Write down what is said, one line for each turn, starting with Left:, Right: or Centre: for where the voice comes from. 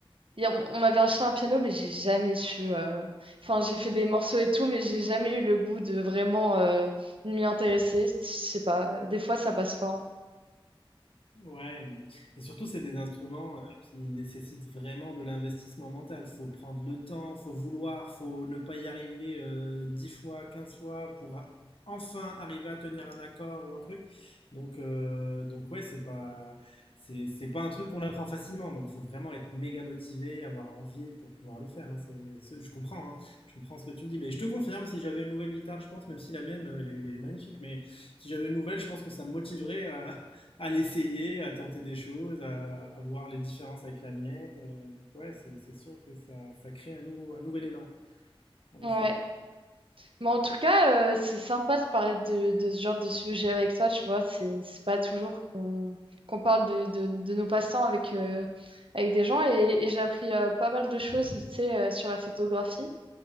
Right: Et on on m'avait acheté un piano, mais j'ai jamais su. euh, Enfin, j'ai fait des morceaux et tout, mais j'ai jamais eu le goût de vraiment euh, m'y intéresser. Je sais pas, des fois, ça passe pas. hein.
Left: Ouais, mm. et surtout, c'est des instruments euh, qui nécessitent vraiment de l'investissement mental. Faut prendre le temps, faut vouloir, faut ne pas y arriver euh, 10 fois, 15 fois pour a- enfin arriver à tenir un accord ou un truc. Donc, euh, donc ouais, c'est pas, c'est, c'est pas un truc qu'on apprend facilement. Donc, faut vraiment être méga motivé, avoir envie pour pouvoir le faire. hein. C'est- c'est- je comprends, hein. Je comprends ce que tu me dis. Mais je te confirme, si j'avais une nouvelle guitare, je pense, même si la mienne, euh, elle est, elle est magnifique, mais si j'avais une nouvelle, je pense que ça me motiverait à, à l'essayer, à tenter des choses, à, à voir les différences avec la mienne. Euh, donc ouais, c'est c'est sûr que ça, ça crée un nouveau, un nouvel élan, en effet.
Right: Ouais. Mais en tout cas, euh, c'est sympa de parler de, de ce genre de sujet avec toi, tu vois. C'est c'est pas toujours qu'on qu'on parle de, de, de nos passe-temps avec, euh, avec des gens. Et, et j'ai appris euh, pas mal de choses, tu sais, euh, sur la photographie.